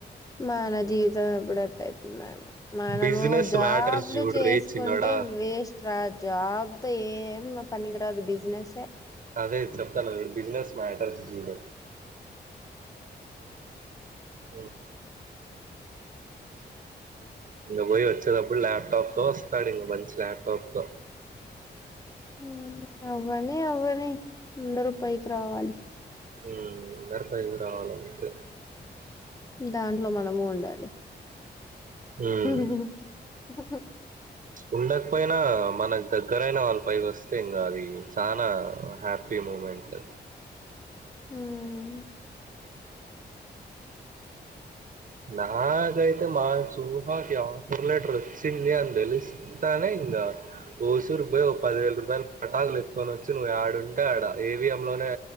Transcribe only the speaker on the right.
బిజినెస్
మ్యాటర్స్ చూడు
రే చిన్నోడా
అదే చెప్తాన్నాను బిజినెస్ మ్యాటర్స్ జీరో అ ఇంగ పోయి వచ్చదప్పుడు ల్యాప్టాప్తో వస్తాడు ఇంగ మంచి లాప్టాప్తో
మ్ అందరూ పైకి రావాలా అంతే
ఉమ్. ఉండకపోయినా మనకు దగ్గరయినా వాళ్ళ పైకి వస్ ఇంగా అది చాలా హ్యాపీ మూమెంట్
నాకైతే మా చూహాకి ఆఫర్ లెటర్ వచ్చింది అని తెలిస్తే తానె ఇంగ ఊసురుబ్బయ్ ఒ పదివేల రూపాయల్ పటాకులు ఎతుకొనొచ్చి నువ్వు యాడుంటే ఆడా ఏవిఎం లోనే